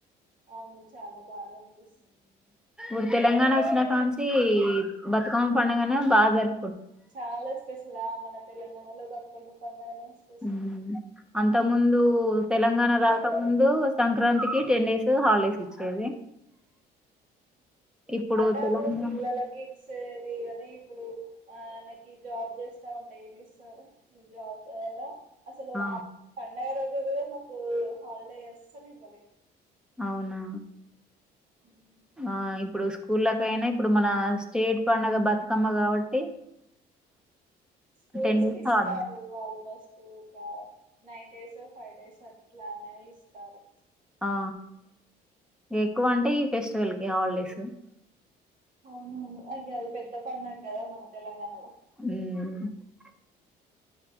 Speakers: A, on the right; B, in the centre.
A: అవును చాలా బాగా అనిపిస్తూ
B: ఇప్పుడు తెలంగాణ వచ్చిన కానుంచి బతుకమ్మ పండుగనే బాగా జరి
A: చాలా స్పెషలా మన తెలంగాణలో బతుకమ్మ పండుగనే స్పెషల్
B: ఉమ్ అంత ముందు తెలంగాణ
A: అక్క
B: రాక ముందు సంక్రాంతికి టెన్ డేస్ హాలిడేస్ ఇచ్చేది ఇప్పుడు
A: అంటే
B: తెలంగాణ
A: అక్కడ పిల్లలకి వేదిగాని ఇప్పుడు మనకి జాబ్ చేస్తా ఉంటా ఏమి ఇస్తారు జాబ్ గోల అసలు
B: ఆ
A: పండగ రోజు ఈ రోజు నుంచి హాలిడేస్ అసలు ఇవ్వలే
B: అవునా
A: హమ్
B: ఆ ఇప్పుడు స్కూళ్లకు ఐనా ఇప్పుడు మన స్టేట్ పండగ బతుకమ్మ కాబట్టి
A: స్కూల్స్
B: టెన్ డేస్
A: కి ఇస్తారు
B: హాలిడేస్
A: ఆల్మోస్ట్ ఒక నైన్ డేస్ ఫైవ్ డేస్ అట్లా నని ఇస్తారు
B: ఆ ఎక్కువ అంటే ఈ ఫెస్టివల్ కే హాలిడేస్
A: అవును అవును అయితే పెద్ద పండుగ కదా మన తెలంగాణలో
B: ఉమ్